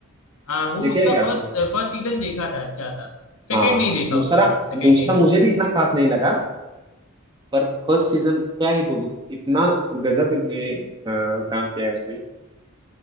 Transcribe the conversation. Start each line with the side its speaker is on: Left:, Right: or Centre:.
Left: हाँ वो
Right: देखी
Left: उसका
Right: है क्या
Left: फर्स्ट
Right: आपने
Left: फर्स्ट सीजन देखा था अच्छा था सेकंड
Right: हाँ
Left: नहीं देखा
Right: दूसरा
Left: उसके बाद सेकंड
Right: दूसरा
Left: नहीं देखा
Right: मुझे भी इतना खास नहीं लगा पर फर्स्ट सीजन क्या ही बोलूं इतना गजब इसने अ, काम किया है उसमें